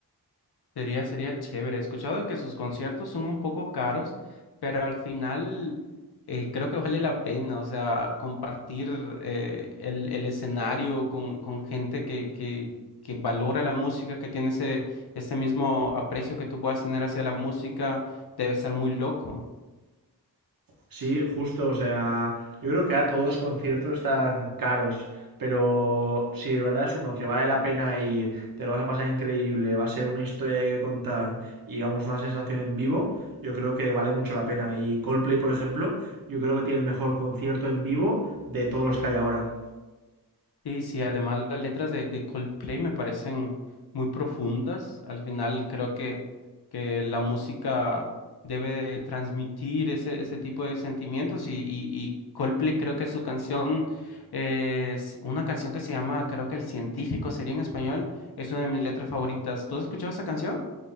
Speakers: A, on the left; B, on the right.
A: Sería, sería chévere. He escuchado que sus conciertos son un poco caros, pero al final eh, creo que vale la pena, o sea, compartir eh, el, el escenario con, con gente que, que, que valora la música, que tiene ese, ese mismo aprecio que tú puedas tener hacia la música, debe ser muy loco.
B: Sí, justo, o sea, yo creo que a todos los conciertos están caros, pero si de verdad es uno que vale la pena ir, te lo vas a pasar increíble, va a ser una historia que contar y vamos, una sensación en vivo, yo creo que vale mucho la pena. Y Coldplay, por ejemplo, yo creo que tiene el mejor concierto en vivo de todos los que hay ahora.
A: Sí, sí, además las letras de, de Coldplay me parecen muy profundas. Al final creo que, que la música debe de transmitir ese, ese tipo de sentimientos y, y, y Coldplay creo que su canción, eh, es una canción que se llama, creo que El Científico sería en español, es una de mis letras favoritas. ¿Tú has escuchado esa canción?